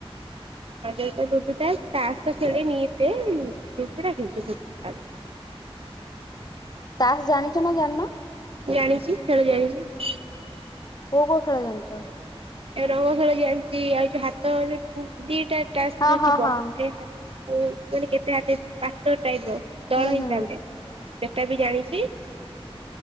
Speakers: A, on the right (about 65°); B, on the left (about 40°).
A: <unintelligible> ଲୁଡୁ ଟା ତାସ୍ ଖେଳନି ଏତେ ଲୁଡୁ ଟା ଖେଳିଛି ବହୁତ ଭଲ ଲାଗେ।
B: ତାସ୍ ଜାଣିଛ ନା ଜାଣିନ?
A: ଜାଣିଛି ଖେଳି ଜାଣିଛି।
B: କୋଉ କୋଉ ଖେଳ ଜାଣିଛ?
A: ଆଉ ରଙ୍ଗ ଖେଳ ଜାଣିଛି ଆଉ ଯୋଉ ହାତ ଯୋଉ ଦିଟା ଟା ତାସ
B: ହଁ
A: ଯୋଉ
B: ହଁ
A: ଥିବ
B: ହଁ
A: ମାନେ କେତେଟ ପାଟର ଟାଇପ୍ ର ଦଳ
B: ହୁଁ ହୁଁ
A: ହିସାବରେ। ସେଟା ବି ଜାଣିଛି।